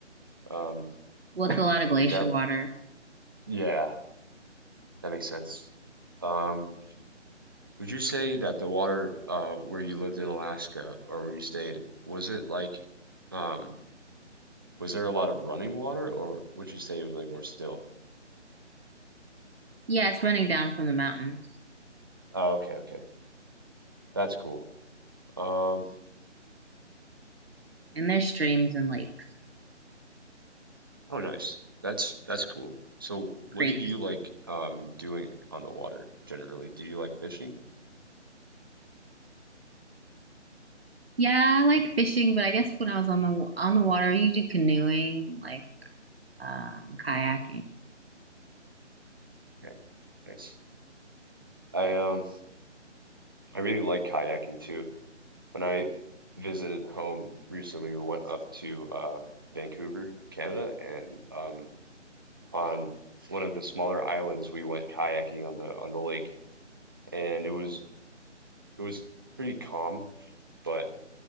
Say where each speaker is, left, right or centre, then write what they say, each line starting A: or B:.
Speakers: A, on the right; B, on the right.
A: um
B: Well, it's a lot of glacier
A: is that
B: water.
A: yeah that makes sense um Would you say that the water uh where you lived in Alaska or where you stayed, was it like um was there a lot of running water or would you say it was like more still?
B: Yeah, it's running down from the mountains.
A: Oh, okay, okay. That's cool. Um
B: And there's streams and lakes,
A: oh nice. That's that's cool. So what
B: creeks.
A: did you like um doing on the water generally? Do you like fishing?
B: Yeah, I like fishing, but I guess when I was on the on the water, you do canoeing, like um kayaking.
A: Okay, nice. I um I really like kayaking too. When I visited home recently, we went up to uh Vancouver, Canada, and um on one of the smaller islands. We went kayaking on the on the lake, and it was it was pretty calm, but